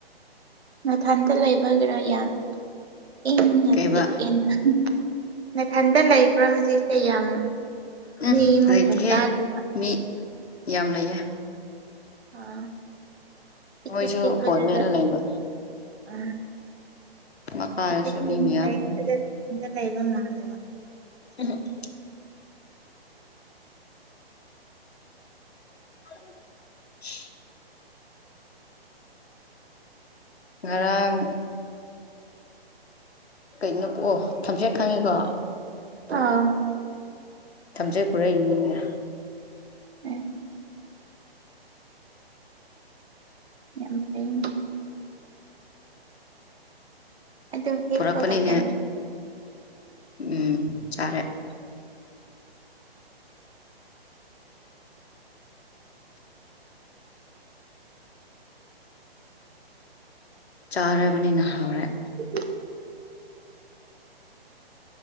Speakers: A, on the right (about 80°); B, on the left (about 80°).
A: ꯅꯊꯟꯇꯥ ꯂꯩꯕꯒꯤꯔꫭ ꯌꯥꯝ ꯏꯪꯅ
B: ꯀꯩꯕ
A: ꯆꯤꯛꯑꯦꯅ ꯅꯊꯟꯇꯥ ꯂꯩꯕ꯭ꯔꯥ ꯍꯧꯖꯤꯛꯁꯦ ꯌꯥꯝ
B: ꯎꯝ
A: ꯃꯤ ꯃꯈꯣꯟ
B: ꯂꯩꯇꯦꯍꯦ
A: ꯇꯥꯗ꯭ꯔꯤꯕ
B: ꯃꯤ ꯌꯥꯝ ꯂꯩꯌꯦ
A: ꯑꫭ
B: ꯃꯣꯏꯁꯨ
A: ꯏꯆꯤꯛ ꯆꯤꯛꯄꯗꯨꯗ
B: ꯐꯣꯟ ꯃꯦꯠꯂ ꯂꯩꯕ
A: ꯑ
B: ꯃꯈꯥꯗꯁꯨ
A: <unintelligible>
B: ꯃꯤ ꯃꯌꯥꯝ
A: ꯂꯩ ꯂꯩꯕꯝ ꯃꯥꯜꯂꯦꯕ
B: <inaudible> <unintelligible> ꯉꯔꯥꯡ ꯀꯩꯅꯣ ꯄꯣꯛꯑꯣ ꯊꯝꯆꯦꯠ ꯈꯪꯉꯤꯀꯣ
A: ꯑꯥ
B: ꯊꯝꯖꯦꯠ ꯄꯨꯔꯛ ꯏ ꯅꯤꯅꯦ
A: ꯎꯝ꯫ ꯌꯥꯝ ꯐꯩꯅꯦ ꯑꯗꯨ ꯍꯦꯛꯄꯒ
B: ꯄꯨꯔꯛꯄꯅꯤꯅꯦ
A: ꯆꯟ
B: ꯎꯝ ꯆꯥꯔꯦ ꯆꯥꯔꯕꯅꯤꯅ ꯍꯧꯔꯦ
A: <inaudible>